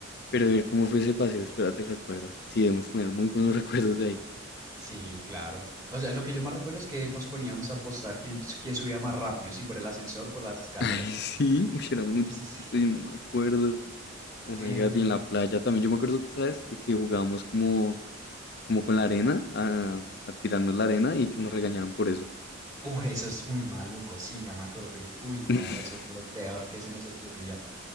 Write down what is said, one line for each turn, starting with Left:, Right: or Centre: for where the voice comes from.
Left: Pero a ver cómo fue ese paseo, espérate, recuerdo. Sí, debemos tener muy buenos <laughs> recuerdos de ahí.
Right: Sí, claro. O sea, lo que yo más recuerdo es que nos poníamos a apostar quién, quién subía más rápido, si por el ascensor o por las escaleras.
Left: <laughs> Ay, sí, uy, era muy
Right: Eso
Left: chiquito,
Right: sí. <laughs>
Left: yo no me acuerdo. Oh my
Right: Eh...
Left: God, y en la playa también, yo me acuerdo, ¿sabes? De que jugábamos como, como con la arena, a, a tirarnos la arena y que nos regañaron por eso.
Right: Uy, eso es muy maluco, sí, ya me acordé. Uy, no,
Left: <laughs>
Right: eso fue lo peor que se nos ocurría.